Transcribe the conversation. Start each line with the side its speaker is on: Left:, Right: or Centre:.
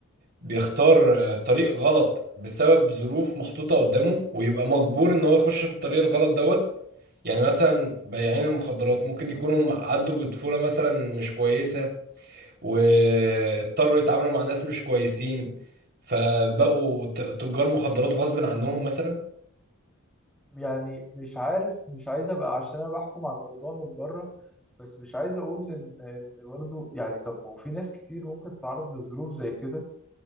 Right: بيختار آه، طريق غلط بسبب ظروف محطوطة قدامه ويبقى مجبور ان هو يخش في الطريق الغلط دوت يعني مثلا بياعين المخدرات ممكن يكونوا عدوا بطفولة مثلا مش كويسة واضطروا يتعاملوا مع ناس مش كويسين فبقوا ت- تجار مخدرات غصب عنهم مثلا
Centre: يعني مش عارف مش عايز ابقى عشان انا بحكم على الموضوع من بره بس مش عايز اقول ان ان برضه يعني طب ما هو في ناس كتير ممكن تتعرض لظروف زي كده